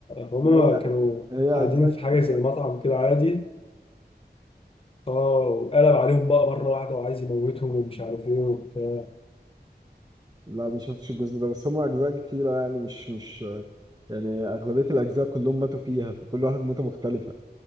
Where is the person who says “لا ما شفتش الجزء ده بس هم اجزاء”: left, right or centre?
Right